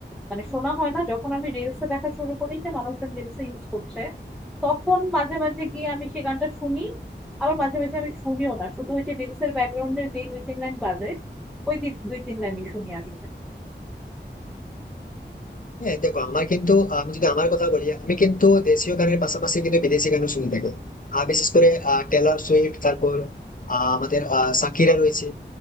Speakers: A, in the centre; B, on the left.
A: মানে শোনা হয় না যখন আমি রিলসে দেখা শুরু করি যে মানুষজন রিলসে ইউজ করছে তখন মাঝে মাঝে গিয়ে আমি সেই গানটা শুনি আবার মাঝে মাঝে আমি শুনিও না শুধু ওই যে রিলসের ব্যাকগ্রাউন্ডে যে দুই তিন লাইন বাজে ওই দি- দুই তিন লাইনই শুনি আসলে
B: হ্যাঁ দেখো আমার কিন্তু আমি যদি আমার কথা বলি আমি কিন্তু দেশীয় গানের পাশাপাশি কিন্তু বিদেশি গানও শুনতে থাকি আর বিশেষ করে আহ, টেলর সুইফট তারপর আহ, আমাদের আহ, শাকিরা রয়েছে